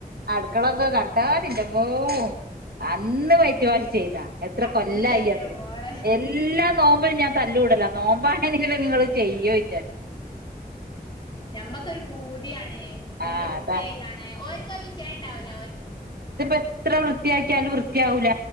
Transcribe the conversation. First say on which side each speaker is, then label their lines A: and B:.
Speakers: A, on the right; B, on the left.
A: അടു മക്കളൊക്കെ കണ്ടാലിന്റെമ്മോ അന്ന് വയറ്റുവാഷ് ചെയ്ത എത്ര
B: അള്ളന്റെ
A: കൊല്ലാനായിയറിയോ
B: മോളെ
A: എല്ലാ നോമ്പിനും ഞാൻ തല്ല്കൂടല നോമ്പാണെങ്കിലും നിങ്ങൾ ചെയ്യോച്ചാ
B: ഞമ്മക്കൊരു പൂതിയാണ് വീട്
A: ആഹ്
B: വൃത്തിയായി
A: അതാ
B: കാണാൻ ഓല് ഓൽക്കാ വിഷയണ്ടാവൂല
A: ഇതിപ്പോ എത്ര വൃത്തിയാക്കിയാലും വൃത്തിയാവൂല